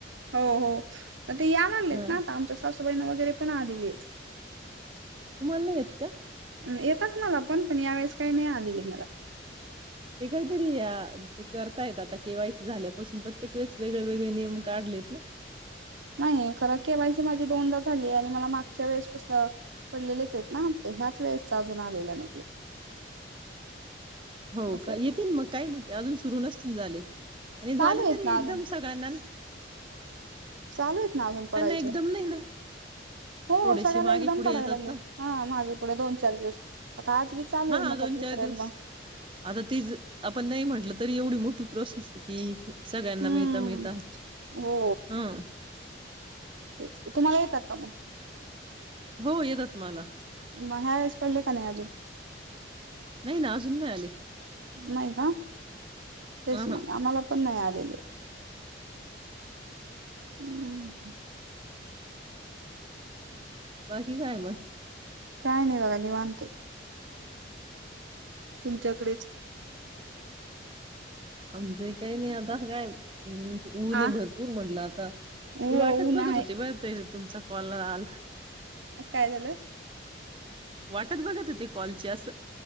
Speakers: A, on the right; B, on the right.
A: हो-हो पण ते या लागलेत
B: हा
A: ना आता आमच्या सासू ट्रेन वगैरे पण आलेली आहेत.
B: तुम्हाला नाही येत का?
A: येतात मला पण. पण या वेळेस काही नाही आलेली मला.
B: ते काहीतरी या ते करतायेत आता केवायसी झाल्यापासून प्रत्येक वेळेस वेगळे वेगळे नियम काढलेत ना
A: नाही खरं केवायसी माझी दोनदा झाली आहे आणि मला मागच्या वेळेसपासन पडलेलेच आहेत ना हप्ते ह्याच वेळेसचा अजून आलेला नाहीये.
B: हो
A: असं
B: का
A: आहे.
B: येतील मग काही नाही अजून सुरू नस न झाले. आणि झाले
A: चालू आहेत
B: तरी
A: ना
B: एकदम
A: अजून
B: सगळ्यांना ना?
A: चालू आहेत ना अजून पडायचे
B: एकदम नाही ना
A: हो
B: थोडेसे
A: सगळ्यांना
B: मागे
A: एकदम
B: पुढे
A: पडायला
B: येतात
A: लागलेत,
B: ना.
A: हा मागे पुढे दोन चार दिवस. आता आज बी चालू
B: हा
A: आहे म्हणतात
B: दोन
A: वितरण
B: चार दिवस
A: मग
B: आता तीच आपण नाही म्हटलं तरी एवढी मो ती प्रोसेस <unintelligible> सगळ्यांना
A: हम्म
B: मिळता, मिळता.
A: हो
B: हं <inaudible>
A: तेच की. तुम्हाला येतात का मग?
B: हो येतात मला.
A: माहेयास पडली का नाही अजून?
B: नाही ना अजून नाही आले.
A: नाही का? तेच
B: अ
A: मग
B: हा
A: आम्हाला कोण नाय आलेले <inaudible>
B: बाकी काय म
A: काय नाय बघा निवांतये तुमच्याकडेच
B: आमज एक काही नाही आता काय ऊन
A: आ
B: आहे भरपूर म्हटलं आता
A: हो
B: मी वाटच
A: ऊन
B: बघत
A: आहे
B: होती बर तई तुमचा कॉल आल
A: अ काय झालं?
B: वाटच बघत होती कॉलची अस